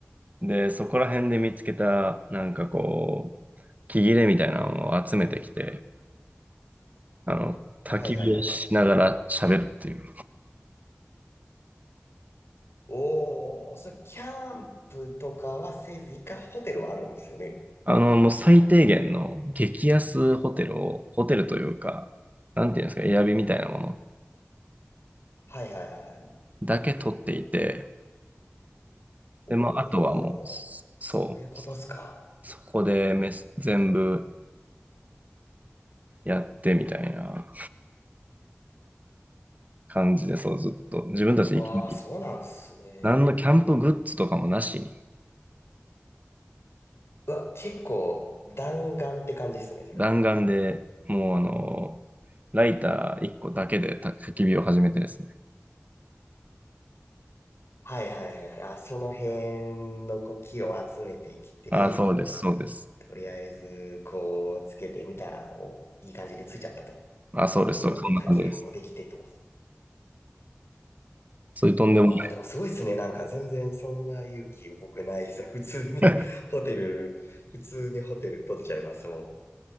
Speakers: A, on the right; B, on the left.
A: で、そこら辺で見つけた、なんかこう、木切れみたいなのを集めてきて、あの、焚き火をしながら喋るっていう。
B: はいはいはいはい。おー、それ、キャンプとかはせず、一回ホテルはあるんですよね。
A: あの、もう最低限の激安ホテルを、ホテルというか、なんていうんですか、エアビみたいなもの
B: はいはいはいはい。
A: だけ取っていて、
B: おー、
A: で、まあ、あとはもう、そ
B: そういうことっすか。
A: う、そこでめ全部やってみたいな感じで、そう、ずっと、自分たちで生き抜き
B: ああ、そうなんすね。
A: 何のキャンプグッズとかもなしに、
B: うわ、結構弾丸って感じっすね、それ。
A: 弾丸で、もうあの、ライター1個だけで焚焚き火を始めてですね。
B: はいはいはい。あ、その辺のこう木を集めてきて、
A: あそうです、
B: もう、
A: そうです。
B: とりあえず、こう、つけてみたら、もう、いい感じでついちゃったと
A: あ、そうです、
B: いうので、
A: そうです、そんな感じです。
B: 焚き火もできてと。
A: そういうとんでもな
B: ああ、でもすごいっすね。なんか全然そんな勇気僕ないっす。普通に
A: い。
B: <laughs> ホテル、普通にホテル取っちゃいます、も